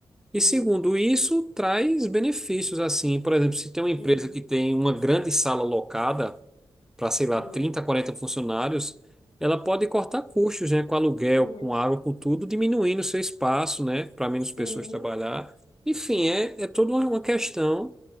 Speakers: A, on the left; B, in the centre.
A: Uhum.
B: E segundo isso, traz benefícios, assim, por exemplo, se tem uma empresa
A: Uhum,
B: que tem uma grande sala locada para, sei lá,
A: uhum,
B: 30 40 funcionários, ela pode cortar custos, né, com aluguel,
A: uhum.
B: com água, com tudo, diminuindo o seu espaço, né, para menos
A: Sim,
B: pessoas trabalhar. Enfim, é, é toda uma uma questão